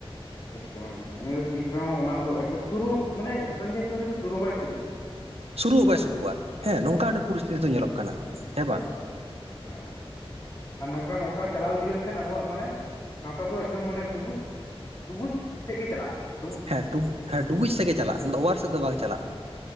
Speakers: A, on the left (about 35°); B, on the right (about 80°).
A: ᱮᱠᱫᱚᱢ ᱮᱠᱫᱚᱢ, ᱩᱱᱤ ᱫᱚ ᱛᱤᱥ ᱨᱮᱦᱚᱸ ᱚᱱᱟ ᱫᱚ ᱮᱠᱫᱚᱢ ᱥᱩᱨᱩ ᱢᱟᱱᱮ ᱦᱟᱯᱮᱱ ᱫᱤᱱ ᱫᱚ ᱩᱱᱤ ᱫᱚ ᱥᱩᱨᱩ ᱦᱚᱸ ᱵᱟᱭ ᱥᱩᱨᱩᱜ ᱾
B: ᱥᱩᱨᱩᱜ ᱦᱚᱸ ᱵᱟᱭ ᱥᱩᱨᱩᱜᱼᱟ, ᱦᱮᱸ ᱱᱚᱝᱠᱟ ᱚᱸᱰᱮ ᱯᱚᱨᱤᱥᱛᱤᱛᱤ ᱫᱚ ᱧᱮᱞᱚᱜ ᱠᱟᱱᱟ ᱾ ᱦᱮᱸ ᱵᱟᱝ?
A: <inaudible> ᱦᱮᱸ ᱦᱮᱸ᱾ ᱟᱨ ᱱᱚᱝᱠᱟ ᱱᱚᱝᱠᱟ ᱪᱟᱞᱟᱣ ᱤᱫᱤ ᱞᱮᱱᱠᱷᱟᱱ ᱟᱵᱚᱣᱟᱜ ᱢᱟᱱᱮ, ᱥᱟᱶᱛᱟ ᱫᱚ ᱮᱠᱫᱚᱢ ᱢᱟᱱᱮ ᱰᱩᱵᱩᱡ ᱰᱩᱵᱩᱡ ᱥᱮᱫ ᱜᱮ ᱪᱟᱞᱟᱜᱼᱟ ᱾
B: ᱦᱮᱸ ᱰᱩ ᱦᱮᱸ ᱰᱩᱵᱩᱡ ᱥᱮᱜ ᱜᱮ ᱪᱟᱞᱟᱜᱼᱟ ᱚᱱᱟ ᱫᱚ ᱚᱣᱟᱨ ᱥᱮᱫ ᱫᱚ ᱵᱟᱝ ᱪᱟᱞᱟᱜᱼᱟ᱾